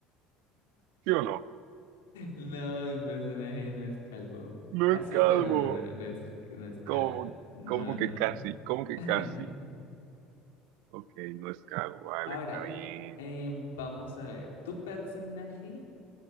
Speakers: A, on the right; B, on the left.
A: ¿Sí o no?
B: No, mi personaje no es calvo.
A: No
B: Casi,
A: es calvo.
B: pero no no es, no es calvo.
A: ¿Cómo,
B: No,
A: cómo
B: no,
A: que
B: no.
A: casi? ¿Cómo que
B: <laughs>
A: casi? Ok, no es calvo. Vale,
B: Ahora,
A: está bien.
B: eh, vamos a ver. ¿Tu personaje